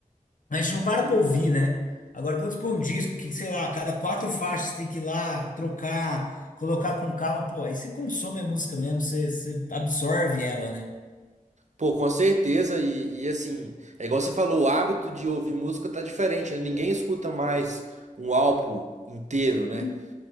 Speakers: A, on the left; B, on the right.
A: A gente não para
B: Sim.
A: pra ouvir, né? Agora, quando você põe um disco que, sei lá, a cada quatro faixas tem que ir lá, trocar, colocar com calma, pô, aí você consome a música mesmo, você, você absorve ela, né?
B: Pô, com certeza, e, e assim, é igual você falou, o hábito de ouvir música tá diferente, né? Ninguém escuta mais um álbum inteiro, né?
A: Hum.